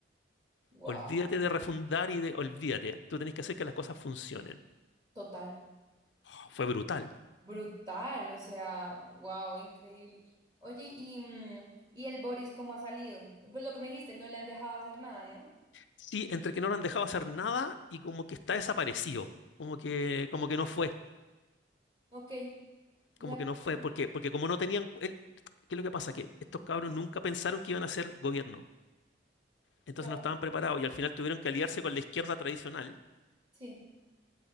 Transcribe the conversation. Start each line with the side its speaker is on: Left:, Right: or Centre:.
Right: Wow,
Left: Olvídate de refundar y de olvídate. Tú tenés que hacer que las cosas funcionen.
Right: total.
Left: Oh, fue brutal.
Right: Brutal, o sea, wow, increíble. Oye, y, mm, ¿y el Boris cómo ha salido? Pues lo que me dijiste, no le han dejado hacer nada, ¿no?
Left: Sí, entre que no lo han dejado hacer nada y como que está desaparecido, como que, como que no fue,
Right: Ok, o
Left: como
Right: sea,
Left: que no fue,
Right: <laughs>
Left: porque, porque como no tenían, él- ¿qué es lo que pasa? Que estos cabros nunca pensaron que iban a ser gobierno. entonces
Right: claro,
Left: no estaban preparados y al final tuvieron que aliarse con la izquierda tradicional
Right: sí,